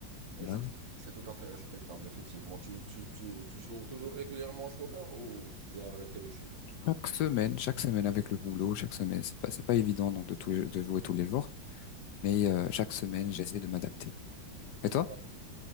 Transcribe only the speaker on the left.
bah
oui.
Chaque semaine, chaque semaine avec le boulot, chaque semaine, c'est pas, c'est pas évident donc de tout, de jouer tous les jours, mais euh, chaque semaine, j'essaie de m'adapter.
Et toi?